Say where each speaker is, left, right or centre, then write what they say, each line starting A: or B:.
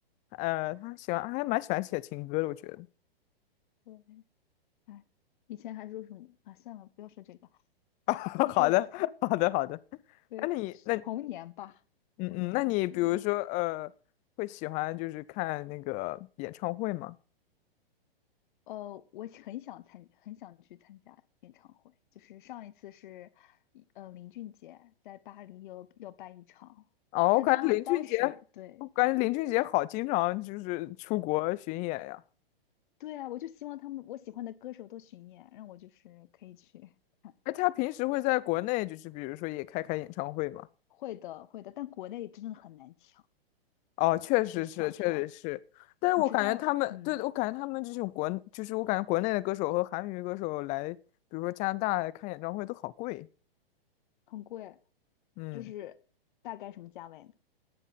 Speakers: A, on the left (about 25°); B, on the left (about 55°).
A: 呃，他喜欢还蛮喜欢写情歌的，我觉得。
B: 对，哎，以前还说什么啊？算了，不要说这个，
A: <laughs>
B: 就是
A: 好的，好的，好的。
B: 对，
A: 那你那
B: 是童年吧，
A: 嗯嗯，
B: 童年的记忆。
A: 那你比如说呃，会喜欢就是看那个演唱会吗？
B: 呃，我很想参，很想去参加演唱会。就是上一次是，呃，林俊杰在巴黎有要办一场，
A: 哦，
B: 但当当时对
A: 我感觉林俊杰，我感觉林俊杰好经常就是出国巡演呀。
B: 对啊，我就希望他们我喜欢的歌手都巡演，让我就是可以去看
A: 哎，他平时会在国内就是比如说也开开演唱会吗？
B: <laughs> 会的，会的，但国内真的很难抢，
A: 哦，确实是，
B: 就是抢票，
A: 确实是，但是我感觉他们，
B: 你知道，嗯，
A: 对，我感觉他们这种国，就是我感觉国内的歌手和韩语歌手来，比如说加拿大来看演唱会都好贵，
B: 很贵，
A: 嗯，
B: 就是大概什么价位呢